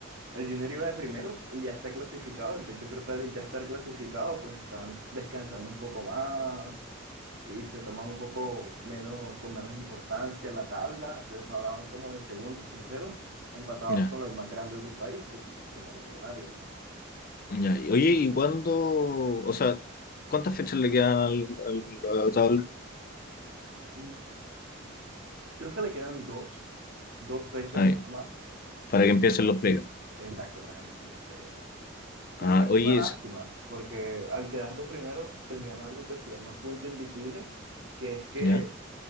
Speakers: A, on the right (about 65°); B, on the left (about 45°).
A: el Junior iba de primero y ya está clasificado. Entonces, yo creo que al ya estar clasificado, pues están descansando un poco más y se toman un poco menos, con menos importancia la tabla. Entonces, ahora van como de segundos, terceros, empatados
B: ya.
A: con los más grandes del país, que son Nacional y Millonarios.
B: Ya, y- Oye, ¿y cuándo? O sea, ¿cuántas fechas le quedan al, al- a la tabla?
A: Mm, Creo que le quedan dos, dos fechas
B: Ah, ya.
A: nada más.
B: para
A: Entonces,
B: que empiecen los playoffs.
A: Exacto, para que empiecen los playoffs. Sin
B: Ah,
A: embargo,
B: oye,
A: es una lástima,
B: es-
A: porque al quedar de primero tenían algo que se llama punto invisible, que es que
B: ya.